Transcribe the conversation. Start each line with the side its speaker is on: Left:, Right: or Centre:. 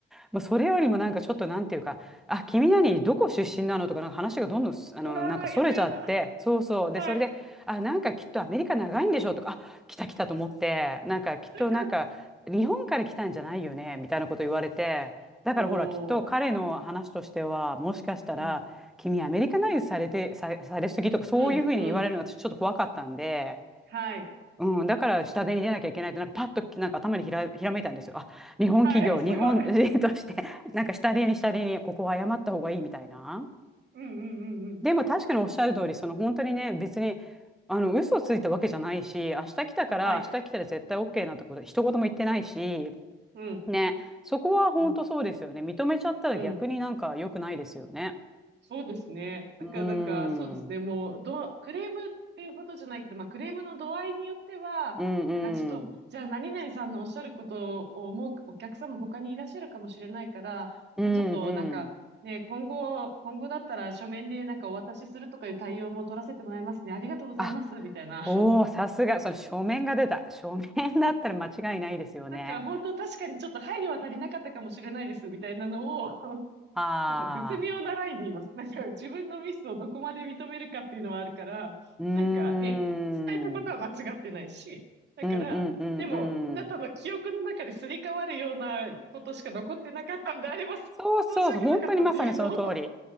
Centre: もうそれよりもなんかちょっとなんていうか、あ、君何、どこ出身なのとか、なんか話がどんどんす、
Right: うわー、
Centre: あの、なんかそれちゃって、
Right: やだやだ。
Centre: そうそう。で、
Right: はい。
Centre: それで、あ、なんかきっとアメリカ長いんでしょとか、あ、来た来たと思って、なんかきっとなんか、
Right: <laughs>
Centre: 日本から来たんじゃないよね、みたいなこと言われて、だからほら、
Right: こ
Centre: きっと彼の話としては、もしかしたら、
Right: う、うん、
Centre: 君アメリカナイズされて、さ、されすぎとか、そういうふうに言われるのが私ちょっと怖かったんで、
Right: うん、うん、はい。
Centre: うん、だから下手に出なきゃいけないって、なんかパッとなんか頭にひら、ひらめいたんですよ。あ、日本企業、
Right: はい、すごい。
Centre: 日本人として、<laughs> なんか下手に下手に、ここは謝った方がいいみたいな。
Right: うん、うん、うん、うん。
Centre: でも確かにおっしゃる通り、その本当にね、別に、あの、嘘ついたわけじゃないし、明日来たから、
Right: はい。
Centre: 明日来たら絶対 OK なんてこと、一言も言ってないし、
Right: うん、
Centre: ね、そこは本当そうですよね。
Right: うん、
Centre: 認めちゃったら逆になんか良くないですよね。
Right: うん。そうですね。だから、
Centre: うーん、
Right: だから、そうですね。
Centre: うん
Right: もう、ど、クレームっていうことじゃないけど、まあ、クレームの度合いによっては、
Centre: うん、
Right: だからちょっと、じゃあ、何々さんのおっしゃることを思うお客さんも他にいらっしゃるかもしれないから、
Centre: うんうん。
Right: じゃあ、ちょっと、なんか、ね、今後、今後だったら書面でなんかお渡しするとかいう対応も取らせてもらいますね。ありがとうございます、
Centre: あ
Right: みたいな。<laughs>
Centre: おお、さすが、その書面が出た。書面だったら間違いないですよね。
Right: なんか、本当確かにちょっと配慮は足りなかったかもしれないです、みたいなのを
Centre: ああ、
Right: なんか絶妙なラインで言います。なんか自分のミスをどこまで認めるかっていうのはあるから、
Centre: うーん。
Right: なんかね、伝えたことは間違ってないし、
Centre: うん
Right: だから、
Centre: うんうんう
Right: でも、あなたの記憶の中ですり替わるようなことしか残ってなかったんであれば、
Centre: ん。
Right: 申し訳なかったっていうのを、
Centre: そうそうそう、本当にまさにその通り。